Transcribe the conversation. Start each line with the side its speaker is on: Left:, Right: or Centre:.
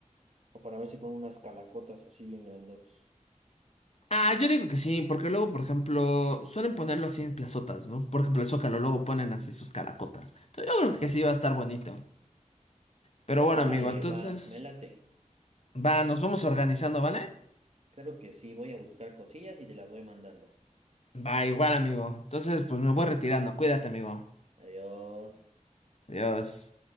Right: O para ver si ponen unas calacotas así bien grandotas.
Left: Ah, yo digo que sí, porque luego, por ejemplo, suelen ponerlo así en plazotas, ¿no? Por ejemplo, el Zócalo luego ponen así sus caracotas. Entonces yo creo que sí va a estar bonito. Pero
Right: Pues
Left: bueno,
Right: órale,
Left: amigo, entonces
Right: va, me late.
Left: va, nos vamos organizando, ¿vale?
Right: Claro que sí, voy a buscar cosillas y te las voy mandando.
Left: Va, igual, amigo. Entonces, pues me voy retirando. Cuídate, amigo.
Right: Adiós.
Left: Adiós.